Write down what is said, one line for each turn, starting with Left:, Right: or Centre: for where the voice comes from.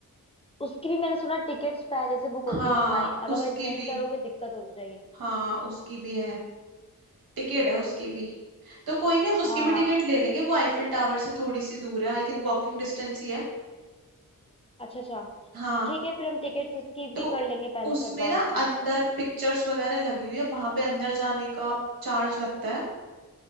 Left: उसकी भी मैंने सुना टिकट्स पहले से बुक होती
Right: हाँ
Left: है ऑनलाइन अदरवाइज
Right: उसकी
Left: नहीं
Right: भी
Left: करोगे दिक्कत हो जाएगी
Right: हाँ उसकी भी है टिकट है उसकी भी तो कोई नहीं हम उसकी
Left: हाँ हाँ
Right: भी टिकट ले लेंगे वो आईफिल टावर से थोड़ी सी दूर है आई थिंक वॉकिंग डिस्टेंस ही है
Left: अच्छा अच्छा
Right: हाँ
Left: ठीक है फिर हम टिकट्स इसकी
Right: तो
Left: भी कर लेंगे पहले
Right: उसमें
Left: से एडवांस
Right: ना
Left: में
Right: अंदर पिक्चर्स वगैरह लगी हुई है वहां पे अंदर जाने का चार्ज लगता है